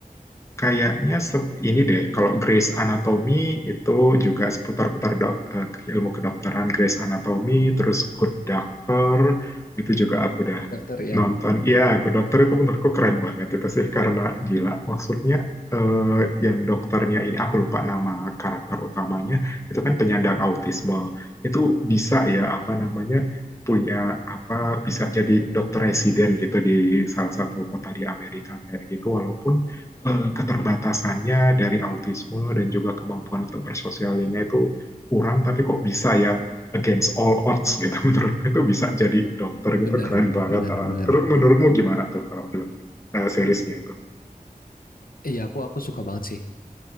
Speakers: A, on the left (about 20°); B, on the left (about 70°).
A: Kayaknya sep- ini deh, kalau Grey's Anatomy itu juga seputar-putar dok, eh, ilmu kedokteran Grey's Anatomy, terus Good Doctor, itu juga aku udah
B: Good Doctor ya.
A: nonton. Iya, Good Doctor itu menurutku keren banget itu sih, karena gila. Maksudnya eh, yang dokternya ini, aku lupa nama karakter utamanya, itu kan penyandang autisme. Itu bisa ya, apa namanya, punya apa bisa jadi dokter residen gitu di salah satu kota di Amerika kayak gitu walaupun eh, keterbatasannya dari autisme dan juga kemampuan untuk bersosialnya itu kurang, tapi kok bisa ya against all odds gitu. <laughs> Menurutku itu bisa jadi dokter gitu
B: Bener,
A: keren banget.
B: bener,
A: ah.
B: bener.
A: Terus menurutmu gimana tuh kalau itu, eh, seriesnya itu?
B: Iya, eh, aku aku suka banget sih